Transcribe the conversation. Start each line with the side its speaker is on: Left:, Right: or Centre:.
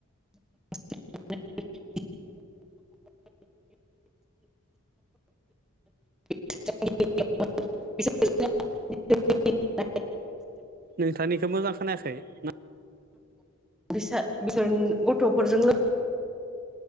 Centre: <inaudible> <inaudible>
Right: नोंथांनिखो मोजां खोनायाखै ना
Centre: <inaudible> गथ'फोरजों